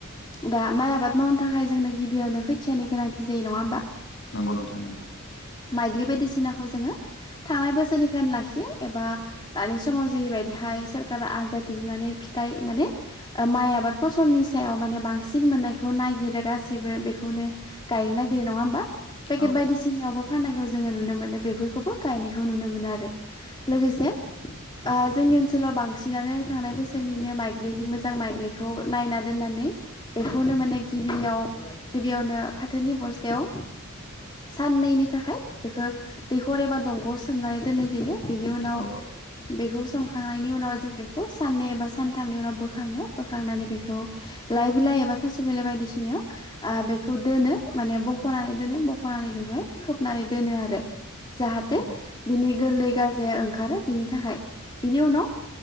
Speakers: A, on the left; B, on the left.
A: दा माइ आबाद मावनो थाखाय जोंनो गिबियावनो खोथियानि गोनांथि जायो नङा ओमबा?
B: नंगौ नोंथां नंगौ।
A: माइज्लि बायदिसिनाखौ जोङो थांनाय बोसोरनिखौनो लाखियो एबा दानि समाव जेरैबायदि <unintelligible> दिहुननानै फिथाइ माने माइ आबाद फसलनि सायाव माने बांसिन मोननायखौ नायगिरगासिनो गासैबो बेखौनो गायनो नागिरो नङा होनबा पेकेट
B: औ
A: बायदिसिनायावबो फाननायखौ जोङो नुनो मोनो बेफोरखौबो गायनायखौ नुनो मोनो आरो लोगोसे जों जोंनि ओनसोलाव बांसिनानो थांनाय बोसोरनिनो माइज्लि मोजां माइज्लिखौ नायना दोननानै बेखौनो माने गिबियाव गिबियावनो फाथोनि बस्थायाव साननैनि थाखाय बेखौ दैखर एबा दंग'आव सोमनानै दोननाय जायो। बेनि उनाव
B: औ
A: बेखौ सोमखांनायनि उनाव जों बेखौ साननै एबा सानथामनि उनाव बोखाङो बोखांनानै बेखौ बेखौ लाइ बिलाइ एबा थास' बिलाइ बायदिसिनायाव बेखौ दोनो माने बख'नानै दोनो। बख'नानै बेखौहाय खोबनानै दोनो आरो जाहाथे
B: औ
A: बिनि गोरलै गाजाया ओंखारो बिनि थाखाय बिनि उनाव